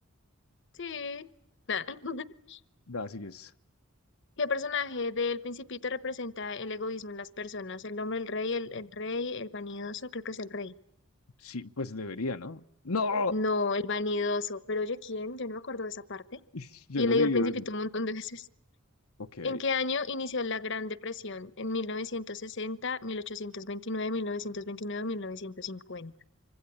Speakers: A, on the left; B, on the left.
A: Sí. Nada. <laughs>
B: Da, así que es.
A: ¿Qué personaje del Principito representa el egoísmo en las personas? El hombre, el rey, el, el rey, el vanidoso, creo que es el rey.
B: Sí, pues debería, ¿no? ¡No!
A: No, el vanidoso. Pero oye, ¿quién? Yo no me acuerdo de esa parte.
B: <laughs> Yo
A: Y
B: no
A: he leído
B: le
A: el Principito
B: el-
A: un montón de veces.
B: Ok.
A: ¿En qué año inició la Gran Depresión? ¿En 1960, 1829, 1929, 1950?